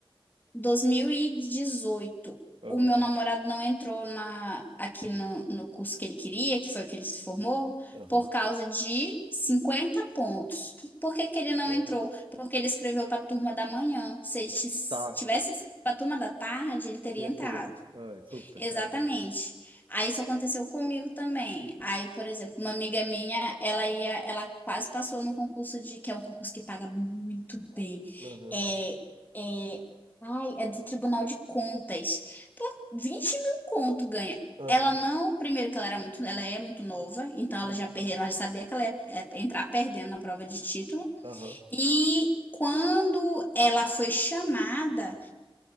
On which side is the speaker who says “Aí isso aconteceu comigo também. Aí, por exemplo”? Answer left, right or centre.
Left